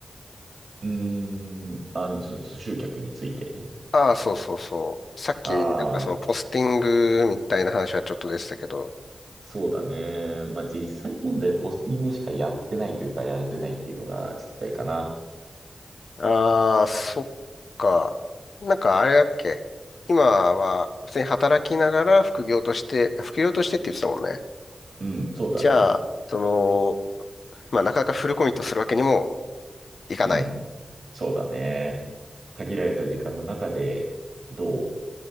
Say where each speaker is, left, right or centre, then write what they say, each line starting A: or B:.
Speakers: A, on the right; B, on the left.
A: うーん、あの、そそ集客について。
B: ああ、そうそうそう。さっき、
A: ああ、
B: なんかそのポスティングみたいな話はちょっとでしたけど、
A: そうだね。まあ、実際問題、ポスティングしかやってないというか、やれてないっていうのが実態かな。
B: ああ、そっか。なんかあれだっけ。今は普通に働きながら副業として、副業としてって言ってたもんね。
A: うん、そうだね。
B: じゃあ、その、まあなかなかフルコミットするわけにもいかない。
A: うん、
B: な
A: そうだね。限られた時間の中で、どう